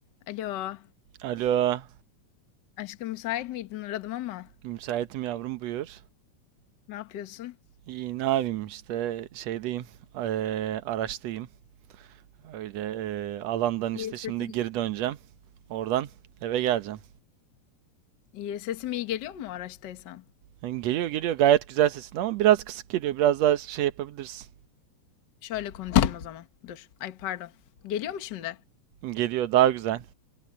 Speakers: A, on the left; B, on the right.
A: Alo.
B: Alo,
A: Aşkım müsait miydin? Aradım ama.
B: müsaitim yavrum buyur.
A: Ne yapıyorsun?
B: İyi ne yapayım işte şeydeyim, eee, araçtayım. Öyle eee, alandan
A: İyi
B: işte
A: sesim.
B: şimdi geri döneceğim. Oradan eve geleceğim.
A: İyi. Sesim iyi geliyor mu araçtaysan?
B: Yani Geliyor geliyor gayet güzel sesin ama biraz kısık geliyor. Biraz daha şey yapabilirsin.
A: Şöyle konuşayım o zaman. Dur. Ay pardon. Geliyor mu şimdi?
B: Geliyor daha güzel.